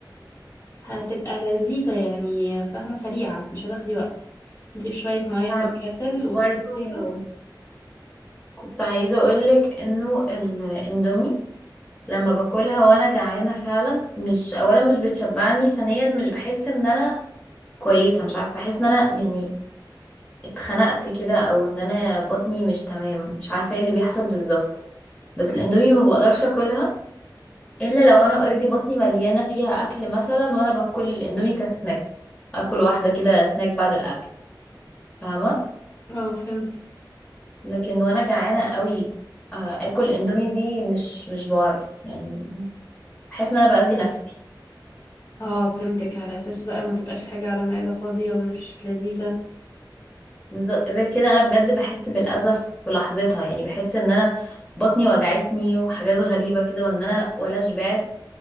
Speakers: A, on the left (about 45°); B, on the left (about 15°).
A: هتبقى لذيذة يعني فاهمة سريعة مش هتاخدي وقت انتي شوية مية في
B: فاهمة.
A: الكاتل
B: بس
A: وتحطيها
B: برضه كنت عايزة أقولك إنه الاندومي لما باكلها وأنا جعانة فعلا مش أولا مش بتشبعني ثانيا مش بحس إن أنا كويسة مش عارفة بحس إن أنا يعني اتخنقت كده او ان انا بطني مش تمام مش عارفه ايه اللي بيحصل بالظبط بس الاندومي ما بقدرش اكلها الا لو انا اوريدي بطني مليانه فيها اكل مثلا وانا باكل الاندومي كسناك اكل واحده كده سناك بعد الاكل فاهمه
A: اه فهمتك
B: لكن وانا جعانه قوي آه، اكل اندومي دي مش مش بعرف يعني بحس ان انا باذي نفسي
A: اه فهمتك على اساس بقى ما تبقاش حاجة على معدة فاضية ومش لذيذة
B: بالظبط غير كده انا بجد بحس بالاذى في لحظتها يعني بحس ان انا بطني وجعتني وحاجات غريبه كده وان انا ولا شبعت